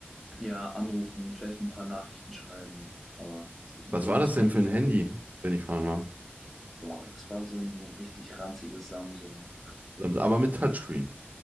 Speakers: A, in the centre; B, on the right (about 40°).
A: ja anrufen, vielleicht ein paar Nachrichten schreiben, aber s- besonders
B: Was war das
A: viel
B: denn
A: ging
B: für ein Handy,
A: da nicht.
B: wenn ich fragen darf?
A: Boah, das war so ein richtig ranziges Samsung.
B: Aber mit Touchscreen.